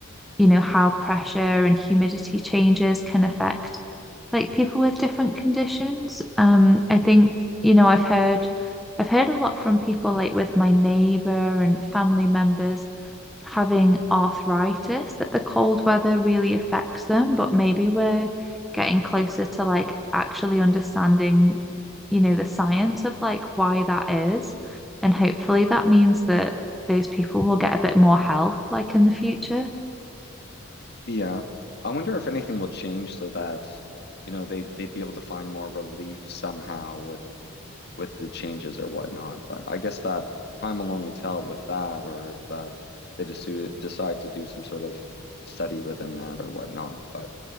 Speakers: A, in the centre; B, on the left.
A: you know, how pressure and humidity changes can affect like people with different conditions. Um, I think, you know, I've heard I've heard a lot from people like with my neighbor and family members having arthritis that the cold weather really affects them, but maybe we're getting closer to like actually understanding, you know, the science of like why that is. And hopefully that means that those people will get a bit more help like in the future.
B: Yeah. I wonder if anything will change so that, you know, they they'd be able to find more relief somehow with with the changes or whatnot. But I guess that time will only tell with that or if uh, they just decide to do some sort of study within that or whatnot. But